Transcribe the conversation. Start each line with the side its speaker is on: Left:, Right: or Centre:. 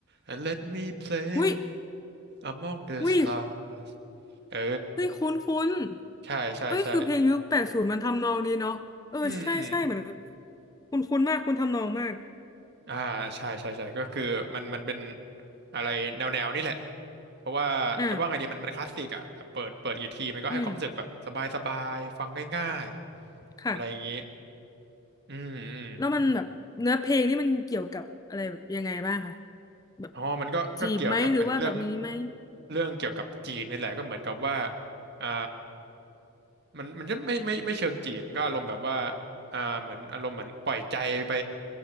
Right: and let me play
Left: วิ
Right: among the
Left: วิ
Right: stars เออ
Left: วิคุ้นคุ้น
Right: ใช่ใช่ใช่
Left: เอ้ยคือเพลงยุคแปดศูนย์มันทำนองนี้เนาะเออใช่ใช่เหมือน
Right: อืมอืมอม
Left: คุ้นคุ้นมากคุ้นทำนองมาก
Right: อ่าใช่ใช่ใช่ก็คือมันมันเป็นอะไรแนวแนวนี่แหละเพราะว่าจะว่าไงดีมันมันคลาสสิกอ่ะแบบเปิดเปิดกี่ทีมันก็ให้ความรู้สึกแบบสบายสบายฟังง่ายๆอะไรอย่างนี้
Left: อ่ะอืมค่ะ
Right: อืมอืม
Left: แล้วมันแบบเนื้อเพลงนี่มันเกี่ยวกับอะไรแบบยังไงบ้างคะแบบ
Right: อ๋อมันก็ก็เกี่ยวกับเป็นเรื่อง
Left: จีบไหมหรือว่าแบบนี้ไหม
Right: เรื่องเกี่ยวกับจีบนี่แหละก็เหมือนกับว่าอ่ามันมันจะไม่ไม่ไม่เชิงจีบมันก็อารมณ์แบบว่าอ่าเหมือนอารมณ์เหมือนปล่อยใจไป